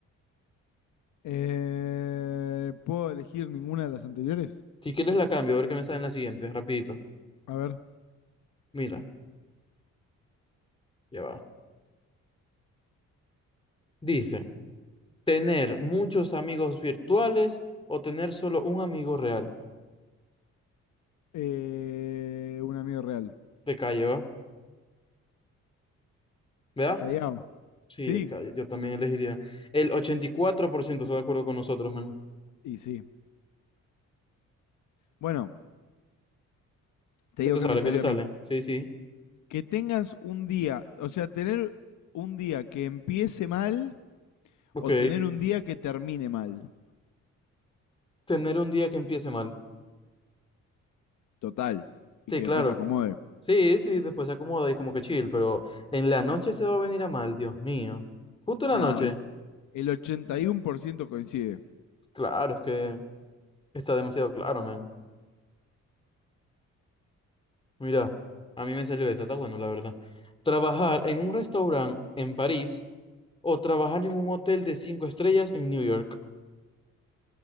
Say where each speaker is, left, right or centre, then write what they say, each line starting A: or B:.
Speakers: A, on the left (about 75°); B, on the left (about 15°).
A: Eh, ¿Puedo elegir ninguna de las anteriores?
B: Si quieres la cambio, a ver qué me sale en la siguiente, rapidito.
A: A ver.
B: Mira, ya va. Dice, tener muchos amigos virtuales o tener solo un amigo real.
A: Eh, un amigo real.
B: De calle, ¿va? ¿Verdad?
A: De Callao.
B: Sí,
A: Sí,
B: de calle. Yo también elegiría. El 84% está de acuerdo con nosotros, man.
A: y sí. Bueno, te
B: ¿Qué
A: digo
B: te
A: que
B: sale?
A: me salió
B: ¿Qué te sale?
A: a mí.
B: Sí, sí.
A: Que tengas un día, o sea, tener un día que empiece mal
B: Ok.
A: o tener un día que termine mal.
B: Tener un día que empiece mal.
A: Total. Y
B: Sí,
A: que
B: claro.
A: después se acomode.
B: Sí, sí, después se acomoda y como que chill, pero en la noche se va a venir a mal, Dios mío. Justo en
A: Nah,
B: la noche.
A: el el 81% coincide.
B: Claro, es que está demasiado claro, man. Mira, a mí me salió eso, está bueno, la verdad. Trabajar en un restaurante en París o trabajar en un hotel de cinco estrellas en New York.